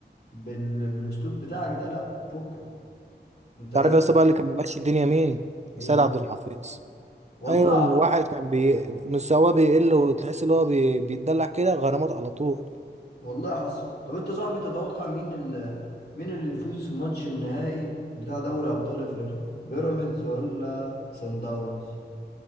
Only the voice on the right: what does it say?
تعرف
يا اسطى بقى اللي كان ماشي الدنيا مين؟
سيد عبد الحفيظ
ايوه واحد كان بي... مستواه بيقل وتحس ان هو بي... بيتدلع كده غرامات على طول